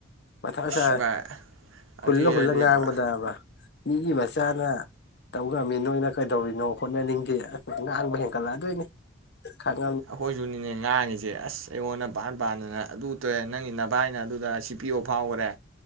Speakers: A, on the left; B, on the right.
A: ꯃꯊꯥ
B: ꯏꯁ
A: ꯁꯥꯏꯍꯦ
B: ꯚꯥꯏ ꯑꯗꯨ
A: ꯍꯨꯜꯂ
B: ꯑꯣꯏꯔꯗꯤ
A: ꯍꯨꯜꯂ ꯉꯥꯡꯕꯗꯕ
B: ꯄꯨꯔꯥ
A: ꯃꯤꯒꯤ ꯃꯆꯥꯅ ꯇꯧꯒꯝꯃꯤ ꯅꯣꯏꯅ ꯀꯩꯗꯧꯔꯤꯅꯣ ꯍꯣꯠꯅꯅꯤꯡꯗꯦ ꯉꯥꯡꯕ <inaudible> <inaudible>
B: ꯑꯩꯈꯣꯏꯁꯨꯅꯤꯅꯦ ꯉꯥꯡꯉꯤꯁꯦ ꯑꯁ ꯑꯩꯉꯣꯟꯗ ꯄꯥꯟ ꯄꯥꯟꯗꯅ ꯑꯗꯨ ꯇꯧꯑꯦ ꯅꯪꯒꯤ ꯅꯚꯏꯅ ꯑꯗꯨꯗ ꯁꯤ ꯄꯤ ꯑꯣ ꯐꯥꯎꯈ꯭ꯔꯦ